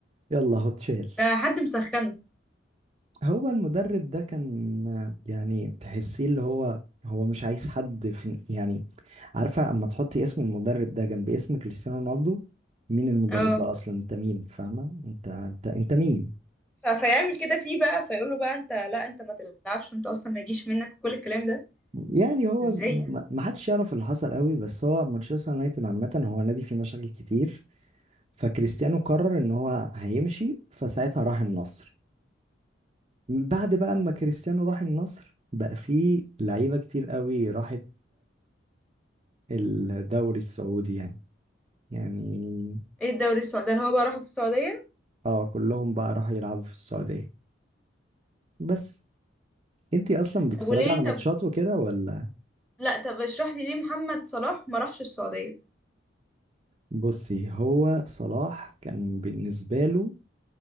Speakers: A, on the right; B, in the centre.
A: يلا هو اتشال
B: ده حد مسخنه
A: هو المدرب ده كان يعني تحسيه اللي هو هو مش عايز حد في يعني عارفة اما تحطي اسم المدرب ده جنب اسم كريستيانو رونالدو مين المدرب
B: اه
A: ده اصلا انت مين فاهمة انت انت انت مين
B: ف- فيعمل كده فيه بقى فيقول له بقى انت لا انت ما تلعبش وانت اصلا ما يجيش منك كل الكلام ده
A: يعني هو
B: ازاي
A: ما
B: يعني؟
A: ما حدش يعرف اللي حصل قوي بس هو مانشستر يونايتد عامة هو نادي فيه مشاكل كتير فكريستيانو قرر ان هو هيمشي فساعتها راح النصر بعد بقى اما كريستيانو راح النصر بقى فيه لعيبة كتير قوي راحت الدوري السعودي يعني يعني
B: ايه الدوري السعودي ده اللي هو بقى راحوا في السعوديه
A: اه كلهم بقى راحوا يلعبوا في السعودية بس انتي اصلا بتتفرجي
B: طب وليه
A: على ماتشات
B: طب
A: وكده ولا
B: لا طب اشرح لي ليه محمد صلاح ما راحش السعوديه
A: بصي هو صلاح كان بالنسبة له